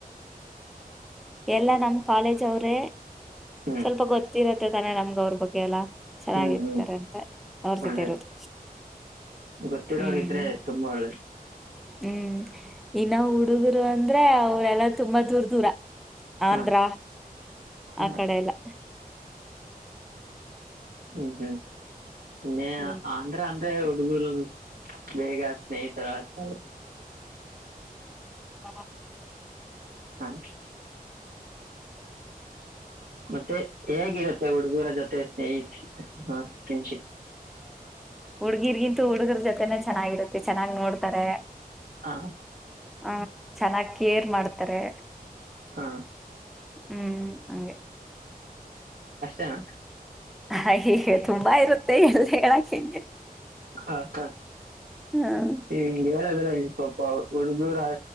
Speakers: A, in the centre; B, on the right.
A: ಎಲ್ಲಾ ನಮ್ ಕಾಲೇಜ್ ಅವ್ರೆ
B: ಹ್ಮ್
A: ಸ್ವಲ್ಪ ಗೊತ್ತಿರರು ಇ ತಾನೆ ನಮ್ಗ ಅವ್ರ ಬಗ್ಗೆ ಎಲ್ಲ ಚೆನ್ನಾಗಿರ್ತಾರೆ
B: ಹ್ಮ್ ಹ್ಮ್
A: ಅಂತ ಅವ್ರ
B: ಒಳ್ಳೇದು
A: ಜೊತೆ ಇರೋದು
B: ಗೊತ್ತಿರೋರ್
A: ಹ್ಮ್
B: ಇದ್ರೆ <inaudible>
A: ಹ್ಮ್ ಇನ್ನ ಹುಡುಗರು ಅಂದ್ರೆ ಅವರೆಲ್ಲಾ ತುಂಬಾ ದೂರ ದೂರ ಆಂಧ್ರ
B: ಹಾ ಹಾ
A: ಆ ಕಡೆೆಯ ಎಲ್ಲ
B: ಹ್ಮ್ ಹ್ಮ್ ಇನ್ನೆ
A: ಹ್ಮ್
B: ಆಂಧ್ರ ಅ ಹುಡುಗರು ಬೇಗ ಸ್ನೇಹಿತರಗತರೆ
A: ಹ
B: ಹಾ ಮತ್ತೆ ಹೇಗಿರುತ್ತೆ ಹುಡುಗುರ ಜೊತೆ ಸ್ನೇಹಿತ ಹಾ ಫ್ರೆಂಡ್ಶಿಪ್
A: ಹುಡ್ಗಿರ್ಗಿಂತ ಹುಡ್ಗರ ಜೊತೆನೆ ಚೆನ್ನಾಗಿರುತ್ತೆ ಚೆನ್ನಾಗ್ ನೋಡ್ತಾರೆ
B: ಹಾ
A: ಹ್ಮ ಚೆನ್ನಾಗಿ ಕೇರ್ ಮಾಡ್ತಾರೆ
B: ಹಾ
A: ಹ್ಮ್ ಹಂಗೆ
B: ಅಷ್ಟೇನಾ
A: ಹ ಹೀಗೆ ತುಂಬಾ ಇರುತ್ತೆ ಎಲ್ ಹೇಳಾಕ್ ಹೆಂಗೆ
B: ಹಾ ಹಾ
A: ಹ್ಮ್
B: ನೀ ಹಿಂಗೆ ಹೇಳಿದ್ರೆ ಹೆಂಗ್ ಪಾಪ ಹುಡುಗೂರ